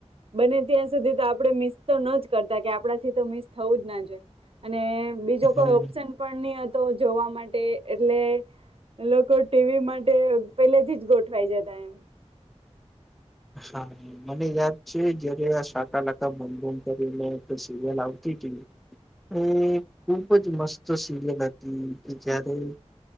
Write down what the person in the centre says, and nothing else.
હમ
હા મને યાદ છે જયારે આ સાાકાલાકા બ કરીને એક સિરિયલ આવતી હતી, એ ખુબ જ મસ્ત સિરિયલ હતી. કે જારે